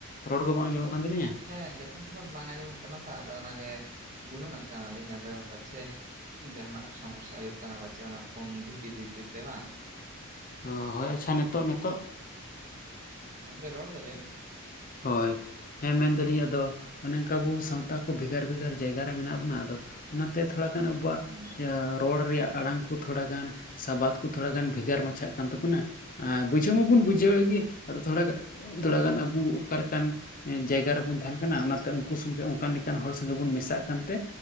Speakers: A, on the left; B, on the right.
A: ᱨᱚᱲ ᱠᱚ ᱵᱟᱝ ᱟᱸᱡᱚᱢᱚᱜ ᱠᱟᱱ ᱛᱟᱹᱞᱤᱧᱟ?
B: ᱦᱮᱸ ᱡᱚᱠᱷᱚᱱ ᱛᱚᱠᱷᱚᱱ ᱵᱟᱝ ᱟᱸᱡᱚᱢᱚᱜ ᱠᱟᱱᱟ ᱛᱚ ᱟᱫᱚ ᱚᱱᱟᱜᱮ ᱜᱩᱱᱟᱹᱱᱚᱜ ᱠᱟᱱᱟᱞᱤᱧ ᱟᱫᱚ ᱯᱟᱪᱷᱮᱼᱼᱼ ᱡᱟᱦᱟᱱᱟᱜ ᱥᱚᱢᱚᱥᱟ ᱦᱩᱭᱩᱜ ᱠᱟᱱᱟ ᱵᱟᱪᱮ ᱚᱱᱟ ᱯᱷᱳᱱ ᱵᱷᱤᱛᱤᱨ ᱵᱷᱤᱛᱤᱨ ᱛᱮ ᱵᱟᱝ?
A: ᱚ ᱦᱳᱭ ᱟᱪᱪᱷᱟ ᱱᱤᱛᱚᱜ ᱱᱤᱛᱚᱜ?
B: ᱜᱚᱝᱠᱮ ᱨᱚᱲ ᱫᱟᱹᱵᱤᱱ?
A: ᱦᱳᱭ᱾ ᱦᱮᱸ ᱢᱮᱱ ᱫᱟᱹᱞᱤᱧ ᱟᱫᱚ ᱚᱱᱮ ᱚᱱᱠᱟ ᱟᱵᱚ ᱥᱟᱶᱛᱟ ᱠᱚ ᱵᱷᱮᱜᱟᱨ ᱵᱷᱮᱜᱟᱨ ᱡᱟᱭᱜᱟ ᱨᱮ ᱢᱮᱱᱟᱜ ᱵᱚᱱᱟ ᱟᱫᱚᱼᱼᱼ ᱚᱱᱟᱛᱮ ᱛᱷᱚᱲᱟ ᱜᱟᱱ ᱟᱵᱚᱣᱟᱜᱼᱼᱼ
B: ᱦᱩᱸ
A: ᱨᱚᱲ ᱨᱮᱭᱟᱜ ᱟᱲᱟᱝ ᱠᱚ ᱛᱷᱚᱲᱟ ᱜᱟᱱ ᱥᱟᱵᱟᱫ ᱠᱚ ᱛᱷᱚᱲᱟ ᱜᱟᱱ ᱵᱷᱮᱜᱟᱨ ᱢᱟᱪᱷᱟᱜ ᱠᱟᱱ ᱛᱟᱵᱚᱱᱟ᱾ ᱵᱩᱡᱷᱟᱹᱣ ᱢᱟᱵᱚᱱ ᱵᱩᱡᱷᱟᱹᱣᱮᱫ ᱜᱮ ᱟᱫᱚ ᱛᱷᱚᱲ ᱛᱷᱚᱲᱟ ᱜᱟᱱ ᱟᱵᱚᱼᱼᱼ ᱚᱠᱟ ᱞᱮᱠᱟᱱ ᱡᱟᱭᱜᱟ ᱨᱮᱵᱚᱱ ᱛᱟᱦᱮᱱ ᱠᱟᱱᱟ ᱚᱱᱟᱛᱮ ᱩᱱᱠᱩ ᱥᱚᱸᱜᱮ ᱚᱱᱠᱟᱱ ᱞᱮᱠᱟᱱ ᱦᱚᱲ ᱥᱚᱸᱜᱮ ᱵᱚᱱ ᱢᱮᱥᱟᱜ ᱠᱟᱱᱛᱮᱼᱼᱼ